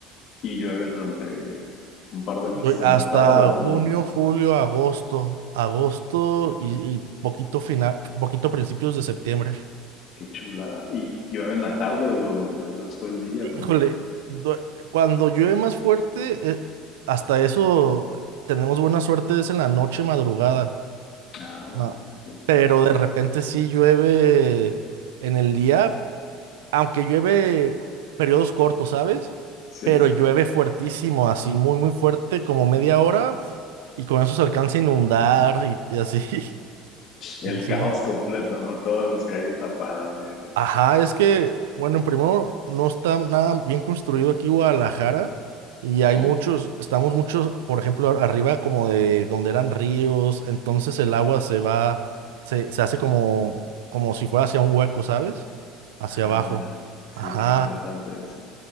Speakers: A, on the left (about 55°); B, on the right (about 80°).
A: ¿Y llueve durante un par de meses
B: Doy Hasta
A: en la tarde o cómo
B: junio,
A: es?
B: julio, agosto. Agosto y, y poquito final, poquito principios de septiembre.
A: Qué chulada. ¿Y llueve en la tarde o en- durante todo el día? ¿Cómo?
B: Híjole, due- cuando llueve más fuerte, eh, hasta eso tenemos buena suerte, es en la noche madrugada.
A: Ah,
B: Ajá.
A: bueno, sí,
B: Pero
A: sí.
B: de repente sí llueve en el día, aunque llueve periodos cortos, ¿sabes?
A: Sí.
B: Pero llueve fuertísimo, así muy, muy fuerte, como media hora, uf, y con eso se alcanza a inundar y, y así. <laughs>
A: El
B: Sí.
A: caos completo, ¿no? Todas las calles tapadas y eso.
B: Ajá, es que, bueno, primero, no está nada bien construido aquí Guadalajara y hay
A: Sí.
B: muchos, estamos muchos, por ejemplo, ar- arriba como de donde eran ríos, entonces el agua se va, se, se hace como, como si fuera hacia un hueco, ¿sabes? Hacia
A: Ah,
B: abajo.
A: mira. Sí,
B: Ajá.
A: qué interesante eso.